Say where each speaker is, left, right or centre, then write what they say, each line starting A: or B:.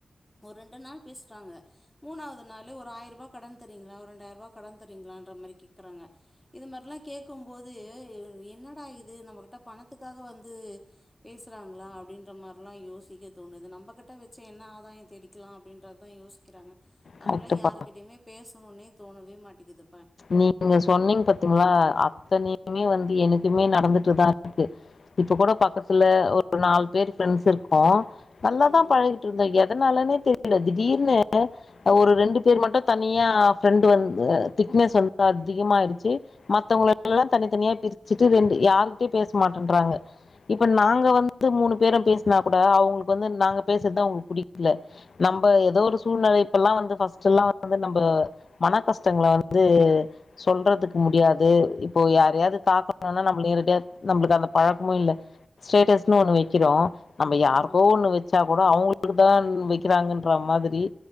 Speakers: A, on the left (about 20°); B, on the left (about 70°).
A: ஒரு ரெண் ண்டு நாள் பேஸ்றாங்க மூணாவது நாளு ஒரு ஆயிர்ரூபா கடன் தரிங்களா ஒரு ரெண்டாயிர ரூவா கடன்தரிங்ளான்ற மாரி கேக் குறாங்க இது மாரிலா கேக்குபோது என்னடா இது நம்ம கிட்ட பணத்துக்காக வந்து பேசுறாங்ளா அப்டின்ற மாரிலா யோசிக்க தோணுது நம்ம கிட்ட வெச்சு என்ன ஆதாயோ தேடிக் கிலா அப்டின்ற தா யோசிக்கிறாங்க அதனால
B: கரெக்ட்டுப்பா
A: யாருகிட்டையிமே பேசணுனே தோணவே மாட்டிகுது
B: நீங்க சொன்னீங் பாத்தீங்ளா அத்தனையுமே வந்து எனக்குமே நடந்துட்டுதா இருக்கு இப்ப கூட பக்கத்துல ஒரு நாலு பேர் ஃப்ரெண்ட்ஸ் இருக்கோ நல்லாதா
A: ம்
B: பழகிட்ருந்தோ எத னாலனே தெரில திடீர்னு ஒரு ரெண்டு பேர் மட்டு தனியா ஃப்ரெண்டு் வந்து திக்னஸ் வந்து அதிகமாயிடுச்சு மத்தவங்களுகெல்லா தனி தனியா பிரிச்சிட்டு ரெண்டு யார்ட்டை பேச மாட் டேன்றாங்க இப்ப நாங்க வந்து மூணு பேரு பேசுனா கூட அவுங்களுக்கு வந்து நாங்க பேசறத்தா அவுங் புடி க்கில நம்ம ஏதோ ஒரு சூழ்நெலை இப்பெல்லா வந்து ஃபஸ்டல்லா வந்து நம்ம மன கஷ்டங்கள வ ந்து சொல்றதுக்கு முடியாது இப்போ யாரையாது தாக்கணுனா நம்ம நேரடிய நம்மளுக்கு அந்த பழக்கமு இல்ல ஸ்டேட்டஸ்ன்னு ஒன்னு வெக்கிறோ நம்ம யாருக்கோ
A: ம்
B: ஒன்னு வச்சாக் கூட அவுங்களுக்கு தான் வெக்கிறாங்கன்ற மாதிரி